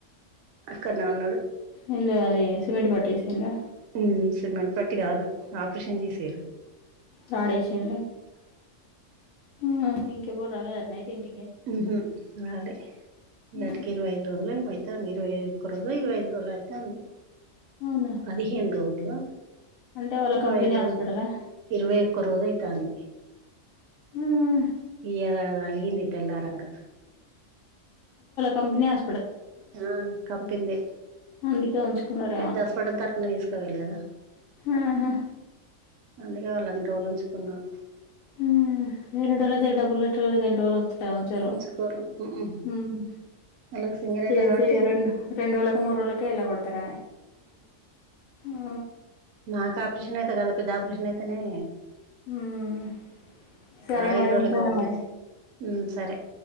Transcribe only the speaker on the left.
ఏందో అదీ సిమెంట్ పట్టేసిండ్రా.
రాడేశింర్రు. హమ్ ఇంకెవరు రాలేదట్నా అయితే ఇంటికీ.
హ్మ్.
అవునా
అంటే వాళ్ళ
కంపెనీ
హాస్పిటలా
హ్మ్
కంపనీ ఆ
అందుకే ఉంచుకున్నారేమో
ఆహా
హమ్ ఎర్దోర్దే తగ్ డబ్బుల్ అంటు ఎని రోజులు ఉంచరు
హమ్
చేసి
రెండు రెండు రోజులకు మూడు రోజులక ఏళ్లకొడతరు ఆ
ఉమ్ సరే
మరి
ఉంటానా
మరి